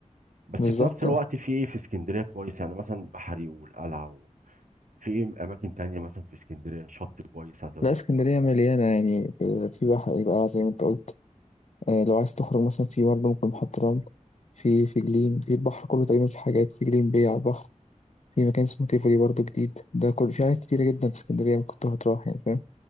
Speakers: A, on the right; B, on the left.
A: بس
B: بالظبط
A: في نفس الوقت
B: آه.
A: في ايه في اسكندرية كويس يعني مثلا بحري والقلعة في ايه اماكن تانية مثلا في اسكندريه شط كويس عايز اروح
B: لا اسكندرية مليانة يعني في في بحر يبقى زي ما أنت قلت آه، لو عايز تخرج مثلا في برضه ممكن محطة رمل في في جليم في البحر كله تقريبا في حاجات في جليم بي على البحر في مكان اسمه تيفولي برضه جديد ده كل في حاجات كتيرة جدا في اسكندرية ممكن تروح تروح يعني فاهم